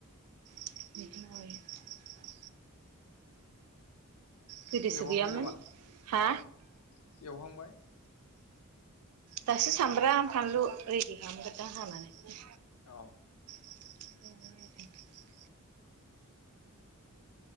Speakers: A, on the right (about 80°); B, on the left (about 85°).
A: <inaudible> गोदोसो
B: एवहांबाय
A: गैयामोन
B: नामा
A: हा
B: औ एवहांबाय?
A: दासो सामब्रा फानलु रेडि खालामगोरदां हानानै
B: अ
A: <inaudible>